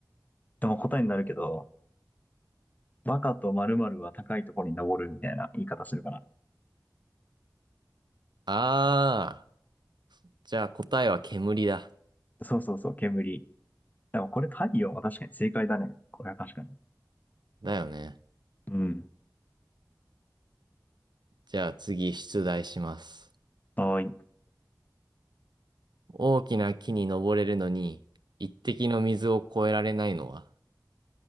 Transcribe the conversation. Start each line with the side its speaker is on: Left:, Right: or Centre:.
Left: でも答えになるけど、バカと〇〇は高いところに登るみたいな言い方するかな。
Right: あー、じゃあ答えは煙だ。
Left: そうそうそう、煙。でもこれ太陽は確かに正解だね。これは確かに。
Right: だよね。
Left: うん。
Right: じゃあ次出題します。
Left: はーい。
Right: 大きな木に登れるのに、一滴の水を越えられないのは。